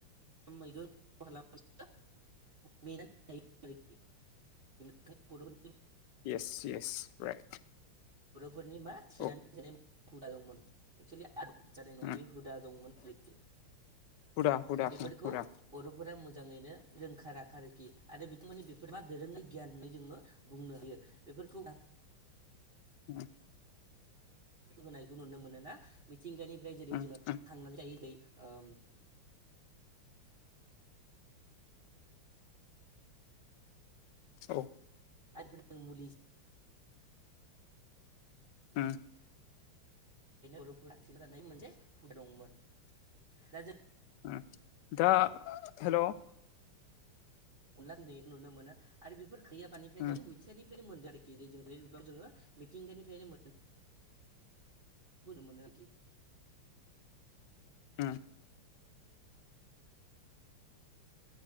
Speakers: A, on the right (about 35°); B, on the left (about 70°).
A: मैगं <unintelligible> मेनानै जायो आरोखि <inaudible>
B: इयेस इयेस राइट
A: बर'फोरनि मा थिनानै
B: औ
A: जानाय हुदा दंमोन एक्सुलि आदब जानाय नङा
B: उम
A: बे हुदा दंमोन आरोखि
B: हुदा हुदा
A: बेफोरखौ
B: उम हुदा
A: बर'फोरा मोजाङैनो रोंखा राखा आरोखि आरो बिथांमोननि बेफोर मा दोरोङै गियान होननाय जोङो बुंनो हायो बेफोरखौ
B: ओम
A: होनायखौ नुनो मोनोना मिथिंगानिफ्राय
B: उम
A: जेरै जोङो थांनानै
B: उम
A: थायो जेरै ओम
B: औ
A: <inaudible> दा ओंखायनो
B: उम
A: बर'फोरा थिना जानाय मोनसे हुदा दंमोन दा जों
B: ओम दा हेल'
A: <unintelligible> नुनो मोनो आरो बेफोर <unintelligible>
B: उम
A: जों मि मिथिंगानिफ्रायनो मोनदों आरोखि बे जोङो <unintelligible> मिथिंगानिफ्रायनो मोन <unintelligible>
B: ओम